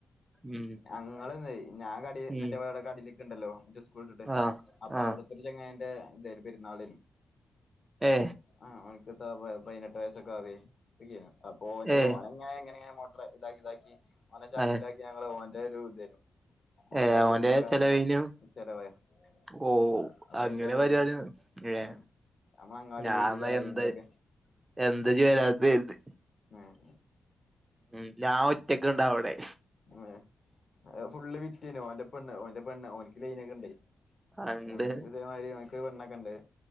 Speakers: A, on the right; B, on the left.
A: ഉം
B: ആഹ് ഞങ്ങള് ഞാൻ കട
A: ഉം
B: മറ്റേ പേരുടെ കടയിലേക്കണ്ടല്ലോ. സ്കൂൾട്ടിട്ട്.
A: ആ
B: അപ്പൊ
A: ആ
B: അവിടുത്തെരു ചങ്ങായിന്റെ ഇതായിന്. പെരുന്നാളിന്
A: ഏ
B: ആഹ് ഓൻക്കെത്താ പതിനെട്ട് വയസ്സൊക്കെ ആവേ. ടക്കിയേ അപ്പൊ ഓന്റെ
A: ഏ
B: ഓനങ്ങനെ ങ്ങന മൊ ഫ്രണ്ടാക്കി താക്കി ഓനെ ചാക്കിലാക്കി
A: ഏ
B: ഞങ്ങള് ഓന്റൊരു തായി ഓന്റെ
A: ഏ
B: കിലാണ് കാര്യങ്ങള്.
A: ചെലവിനും
B: ചെലവായ.
A: ഓ
B: ആഹ് അപ്പൊ
A: അങ്ങനെ
B: അയിന്റെ പരിപാട്യേ.
A: പരിപാടിയാണ് ഏ
B: ഉം നമ്മളങ്ങാടി
A: ഞാൻന്നാ
B: പോയിട്ട് ചായ
A: എന്താ
B: ന്തൊക്കെ
A: എന്താ ജി വരാത്തെ. കര്
B: ആഹ്
A: ഉം ഞാ ഒറ്റക്ക് ണ്ട വിടെ.
B: ആഹ് അഹ് ഫുള്ള് വിറ്റെനു. ഓന്റെ പെണ്ണ് ഓന്റെ പെണ്ണ് ഓൻക്ക് ലൈന ക്കെ ണ്ടേ.
A: അണ്ട്
B: ഉം ഇതേമാതിരി ഓൻക്കൊരു പെണ്ണൊക്കെ ണ്ട്.